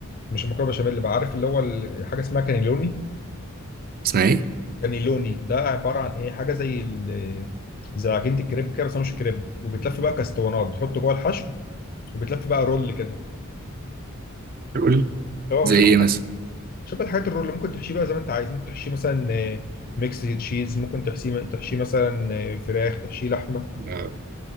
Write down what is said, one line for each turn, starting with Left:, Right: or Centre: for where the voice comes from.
Left: مش المكرونه بشاميل اللي بقى عارف اللي هو ال- حاجه اسمها كانيلوني
Right: اسمها إيه؟
Left: كانيلوني ده عباره عن ايه حاجه زي ال... زي عجينه الكريب كده بس هو مش كريب وبتلف بقى كاستوانات بتحط جوه الحشو وبتلف بقى رول كده
Right: قول
Left: اه
Right: زي
Left: هو شبه
Right: إيه
Left: الحاجه
Right: مثلا؟
Left: شبه الحاجات الرول اللي ممكن تحشيه بقى زي ما انت عايز ممكن تحشيه مثلا آه، ميكس تشيز ممكن تحشيه تحشيه مثلا آه، فراخ تحشيه لحمه
Right: آه،